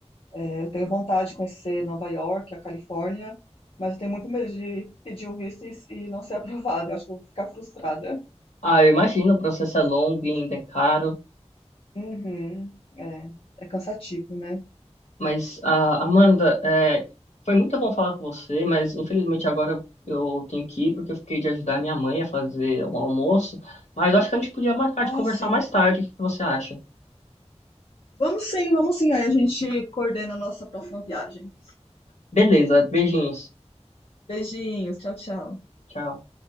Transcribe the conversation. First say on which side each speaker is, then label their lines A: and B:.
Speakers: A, on the left (about 55°); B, on the left (about 80°).
A: É, Eu tenho vontade de conhecer Nova York, a Califórnia, mas eu tenho muito medo de pedir o visto e, e não ser <laughs> aprovado. Eu acho que eu vou ficar frustrada.
B: Ah, eu imagino, o processo é longo e ainda é caro.
A: Uhum, é, é cansativo, né?
B: Mas, ah, Amanda, é, foi muito bom falar com você, mas infelizmente agora eu, eu tenho que ir porque eu fiquei de ajudar minha mãe a fazer o almoço. Mas acho que a gente podia marcar
A: Ah,
B: de conversar
A: sim.
B: mais tarde. O que você acha?
A: Vamos sim, vamos sim. Aí a gente coordena a nossa próxima viagem.
B: Beleza, beijinhos.
A: Beijinhos, tchau, tchau.
B: Tchau.